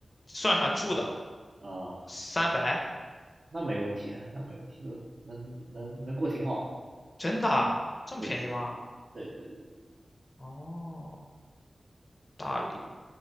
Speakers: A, on the left (about 35°); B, on the right (about 60°).
A: 算上住的
B: 啊，
A: 三百，
B: 那没问题啊，那没问题，都能能能过挺好的，
A: 真的啊这么便宜吗？
B: 对啊对对对，
A: 哦，大理。